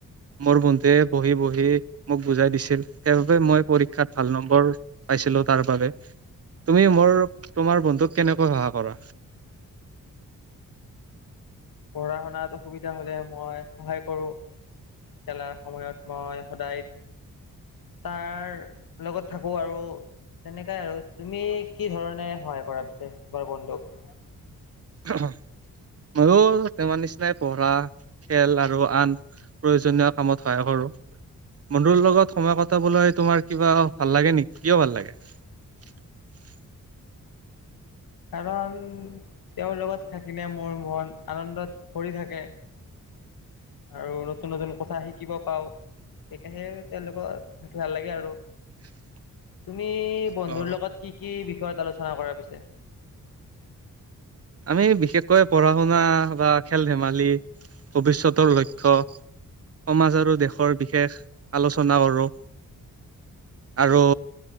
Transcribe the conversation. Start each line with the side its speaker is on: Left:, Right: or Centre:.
Right: মোৰ বন্ধুৱে বহি বহি মোক বুজাই দিছিল সেইবাবে মই পৰীক্ষাত ভাল নম্বৰ পাই তাৰ বাবে তুমি মোৰ তোমাৰ বন্ধুক কেনেকৈ সহায় কৰা
Left: পঢ়া শুনাত অসুবিধা হলে মই সহায় কৰোঁ খেলাৰ সময়ত মই সদায় তাৰ লগত থাকো আৰু তেনেকাই আৰু তুমি কি ধৰণে সহায় কৰা পিছে বাৰ বন্ধুক
Right: আহ মই তমাৰ নিচিনাই পঢ়া খেল আৰু আন প্ৰয়োজনীয় কামত সহায় কৰো বন্ধুৰুৰ লগত সময় কটাবলৈ তোমাৰ কিবা ভাল লাগে নেকি কিয় ভাল লাগে <unintelligible>
Left: কাৰণ তেওঁৰ লগত থাকিলে মোৰ মন আনন্দত ভৰি থাকে আৰু নতুন নতুন কথা শিকিব পাও সাহে তেওঁলোকৰ ভাল লাগে আৰু
Right: <unintelligible>
Left: আপনি বন্ধুৰ
Right: অ
Left: লগত কি কি বিষয়ত আলোচনা কৰা পিছে
Right: আমি বিশেষকৈ পঢ়া শুনা বা খেল ধেমালি ভৱিষ্যতৰ লক্ষ্্য সমাজ আৰু দেশৰ বিশেষ আলোচনা কৰোঁ আৰু